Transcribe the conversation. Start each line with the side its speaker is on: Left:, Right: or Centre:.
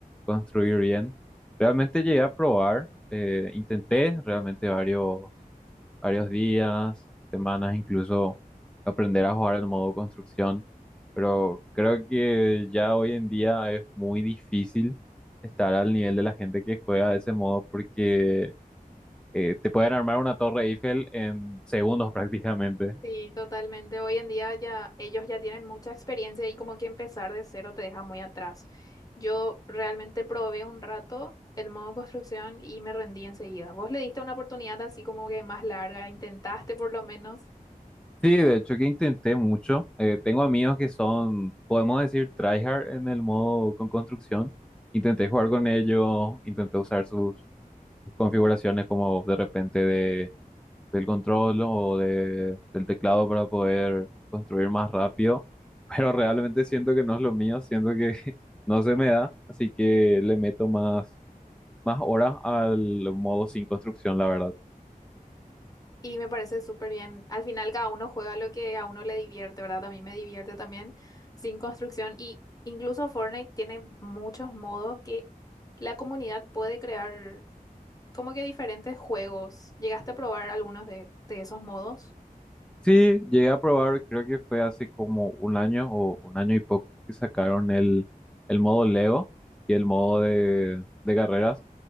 Centre: construir bien. Realmente llegué a probar, eh, intenté realmente varios varios días, semanas, incluso aprender a jugar el modo construcción, pero creo que ya hoy en día es muy difícil estar al nivel de la gente que juega de ese modo porque eh, te pueden armar una torre Eiffel en segundos <laughs> prácticamente.
Left: Sí, totalmente. Hoy en día ya ellos ya tienen mucha experiencia y como que empezar de cero te deja muy atrás. Yo realmente probé un rato el modo construcción y me rendí enseguida. Vos le diste una oportunidad así como que más larga, intentaste por lo menos
Centre: Sí, de hecho que intenté mucho. Eh, tengo amigos que son, podemos decir, tryhard en el modo con construcción. Intenté jugar con ellos, intenté usar sus configuraciones como de repente de del control o de, del teclado para poder construir más rápido, <laughs> pero realmente siento que no es lo mío, siento que <laughs> no se me da, así que le meto más, más horas al modo sin construcción, la verdad.
Left: y me parece súper bien. Al final cada uno juega lo que a uno le divierte, ¿verdad? A mí me divierte también sin construcción y incluso Fortnite tiene muchos modos que la comunidad puede crear como que diferentes juegos. ¿Llegaste a probar algunos de, de esos modos?
Centre: Sí, llegué a probar, creo que fue hace como un año o un año y poco que sacaron el, el modo Lego y el modo de, de carreras.